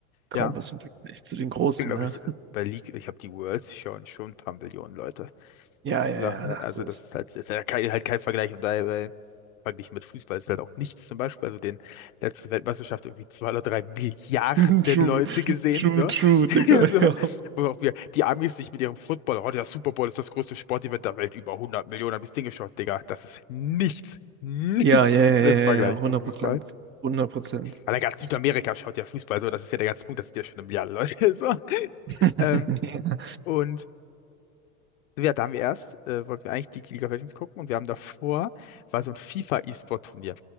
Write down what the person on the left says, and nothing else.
ja,
genau
richtig.
Bei League, ich habe die Worlds schauen schon ein paar Millionen Leute.
So, <laughs> also
das ist halt, das ist ja kein, halt kein Vergleich und dabei verglichen mit Fußball ist halt auch nichts zum Beispiel. Also den letzte Weltmeisterschaft irgendwie zwei oder drei Milliarden
Leute gesehen,
so.
<laughs>
so.
Wo auch wir, die Amis sich mit ihrem Football, oh, der Super Bowl ist das größte Sportevent der Welt, über 100 Millionen haben das Ding geschaut, Digga. Das ist nichts, <laughs> nichts
im
Vergleich
zu Fußball.
Aber ganz
Südamerika schaut ja Fußball so, das ist ja der ganze Punkt, das sind ja schon eine Milliarde Leute. <laughs> So.
Ähm, und ja, da haben wir erst, äh, wollten wir eigentlich die League of Legends gucken und wir haben davor, war so ein FIFA-E-Sport-Turnier.